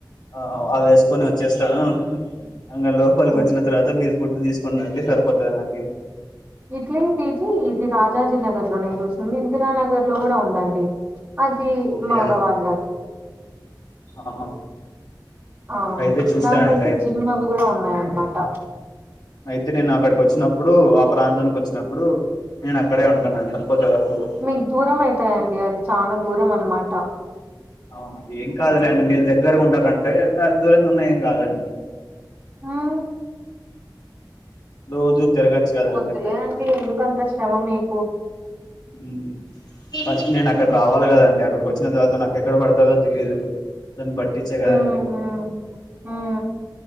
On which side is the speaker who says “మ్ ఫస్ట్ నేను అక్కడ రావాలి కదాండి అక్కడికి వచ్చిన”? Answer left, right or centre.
Left